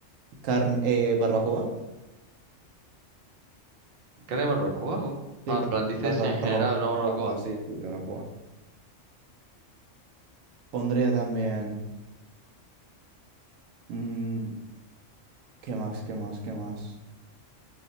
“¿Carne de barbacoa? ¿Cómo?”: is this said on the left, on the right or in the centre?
Right